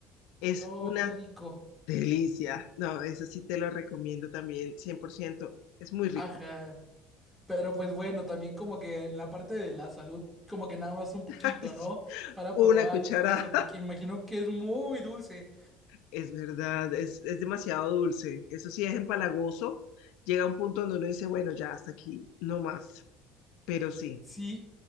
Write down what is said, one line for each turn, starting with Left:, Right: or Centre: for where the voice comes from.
Left: Es
Centre: Oh,
Left: una
Centre: qué rico.
Left: delicia. No, eso sí te lo recomiendo también, 100%. Es muy rico.
Centre: Ajá. Pero pues bueno, también como que en la parte de la salud, como que nada más un poquito,
Left: <laughs> Ay, sí.
Centre: ¿no? Para
Left: Una
Centre: probar
Left: cucharada.
Centre: y todo eso, porque imagino que es muy dulce.
Left: Es verdad, es, es demasiado dulce. Eso sí es empalagoso. Llega un punto donde uno dice, bueno, ya hasta aquí, no más. Pero sí.
Centre: Sí.